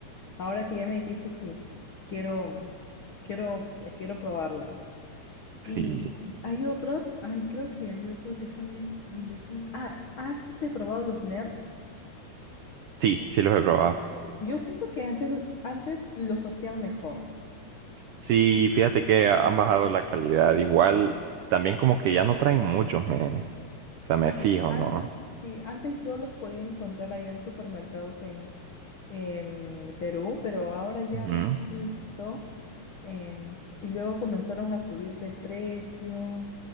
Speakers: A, on the left (about 65°); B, on the right (about 80°).
A: ahora que ya me dijiste, sí, quiero, quiero, eh, quiero probarlas. Y
B: Sí,
A: hay otros, ay, creo que hay otros, déjame, déjame. Ah, ¿has este probado los nerds?
B: sí, sí los he probado.
A: Yo siento que antes, lo- antes los hacían mejor.
B: Sí, fíjate que han bajado la calidad. Igual, también como que ya no traen muchos, me,
A: Sí,
B: o sea, me fijo,
A: antes,
B: ¿no?
A: sí, antes yo los podía encontrar ahí en supermercados en, en Perú, pero ahora ya
B: Ujú.
A: no he visto. em, y luego comenzaron a subir de precio.